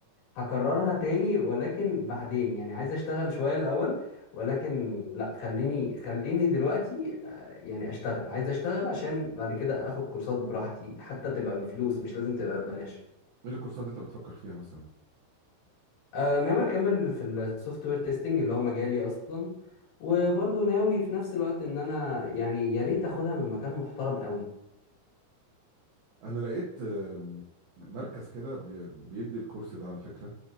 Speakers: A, on the left; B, on the right.
A: هكررها تاني ولكن بعدين يعني عايز اشتغل شوية الاول ولكن لا خليني خليني دلوقتي آه، يعني اشتغل عايز اشتغل عشان بعد كده اخد كورسات براحتي حتى تبقى بفلوس مش لازم تبقى ببلاش
B: ايه الكورسات اللي انت بتفكر فيها مثلا
A: آه، ناوي اكمل في السوفت وير تيستنج اللي هو مجالي اصلا وبرضه ناوي في نفس الوقت ان انا يعني يا ريت اخدها من مكان محترم قوي
B: انا لقيت آم، مركز كده بي- بيدي الكورس ده على فكره